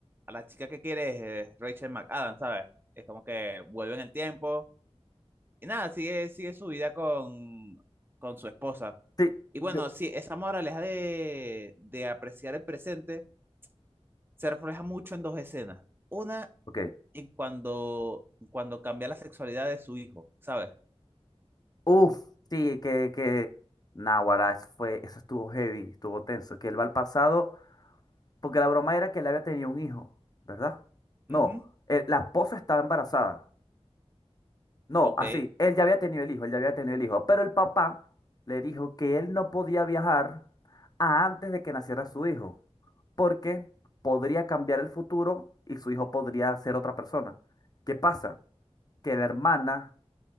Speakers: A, on the right; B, on the left.
A: a la chica que quiere es Rachel McAdams, ¿sabes? Es como que vuelve en el tiempo y nada, sigue, sigue su vida con, con su esposa.
B: Sí,
A: Y
B: yo-
A: bueno, sí, esa moraleja de, de apreciar el presente se refleja mucho en dos escenas. Una,
B: ok.
A: en cuando, cuando cambia la sexualidad de su hijo, ¿sabes?
B: Uf, sí, que, que, Náguara, eso fue, eso estuvo heavy, estuvo tenso, que él va al pasado, porque la broma era que él había tenido un hijo, ¿verdad? No,
A: Ujú.
B: eh, la esposa estaba embarazada. No,
A: Ok.
B: así, él ya había tenido el hijo, él ya había tenido el hijo, pero el papá le dijo que él no podía viajar a antes de que naciera su hijo, porque podría cambiar el futuro y su hijo podría ser otra persona. ¿Qué pasa? Que la hermana